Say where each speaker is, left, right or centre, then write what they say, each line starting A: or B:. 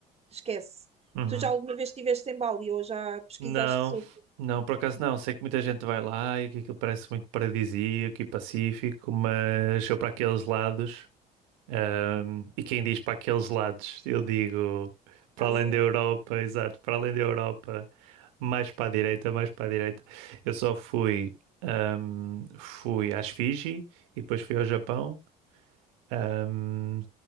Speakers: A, on the right; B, on the right.
A: esquece.
B: uhum.
A: Tu já alguma vez estiveste em Bali ou já pesquisaste
B: Não,
A: sobre
B: não, por acaso não. Sei que muita gente vai lá e que aquilo parece muito paradisíaco e pacífico, mas eu para aqueles lados, hum, e quem diz para aqueles lados, eu digo para
A: a
B: além
A: Ásia?
B: da Europa, exato, para além da Europa. mais para a direita, mais para a direita. Eu só fui, ahm, fui às Fiji e depois fui ao Japão. Ahm,